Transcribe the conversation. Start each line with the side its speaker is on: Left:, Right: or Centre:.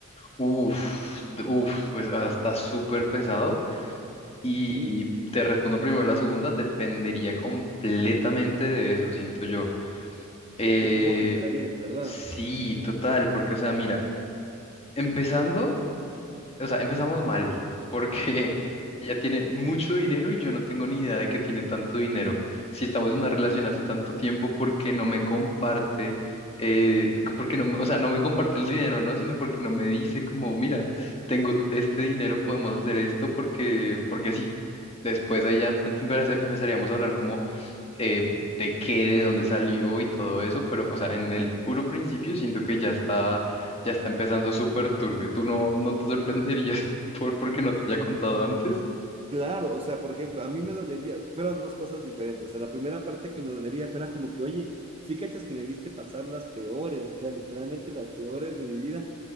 Left: Uf, de- uf, pues, o sea, está súper pesado. Y,
Right: Ujú.
Left: y te respondo primero la segunda, dependería completamente de eso, siento yo. Eh,
Right: De cómo te enterarías, ¿verdad?
Left: sí, total, porque, o sea, mira, empezando o sea, empezamos mal, porque <laughs> ella tiene mucho dinero y yo no tengo ni idea de que tiene tanto dinero. Si estamos en una relación hace tanto tiempo, ¿por qué no me comparte? Eh, co- porque no, me- o sea, no me comparte el dinero, ¿no? Sino porque no me dice como, mira, tengo este dinero, podemos hacer esto porque, porque sí. Después ahí ya empe- empe- empezaríamos a hablar como eh, de qué, de dónde salió y todo eso, pero, o sea, en el puro principio siento que ya está, ya está empezando súper turbio. ¿Tú no, no te sorprenderías <laughs> por porque no te haya contado antes?
Right: Claro, o sea, por ejemplo, a mí me dolería, fueron dos cosas diferentes. O sea, la primera parte que me dolería fuera como que, oye, sí cachas que me viste pasar las peores, o sea, literalmente las peores de mi vida,